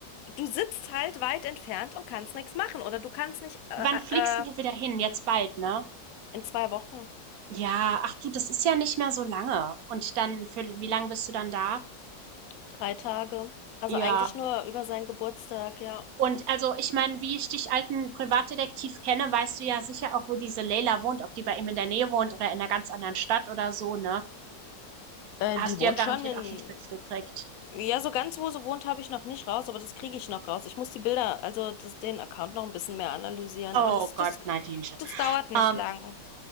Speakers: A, on the left; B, on the right.
A: du sitzt halt weit entfernt und kannst nichts machen oder du kannst nicht äh,
B: Wann fliegst
A: äh,
B: denn
A: äh,
B: du wieder hin? Jetzt bald, ne?
A: in zwei Wochen
B: Ja, ach du, das ist ja nicht mehr so lange. Und dann, für wie lange bist du dann da?
A: Drei Tage. Also
B: Ja.
A: eigentlich nur über seinen Geburtstag, ja.
B: Und also, ich meine, wie ich dich alten Privatdetektiv kenne, weißt du ja sicher auch, wo diese Leila wohnt, ob die bei ihm in der Nähe wohnt oder in einer ganz anderen Stadt oder so, ne?
A: Äh,
B: Hast
A: die wohnt
B: du ja garantiert
A: schon in.
B: auch schon spitz gekriegt.
A: Ja, so ganz wo sie wohnt, habe ich noch nicht raus, aber das kriege ich noch raus. Ich muss die Bilder, also das, den Account noch ein bisschen mehr analysieren,
B: Oh
A: aber das,
B: Gott,
A: das,
B: Nadinchen.
A: das dauert nicht
B: Ähm,
A: lang.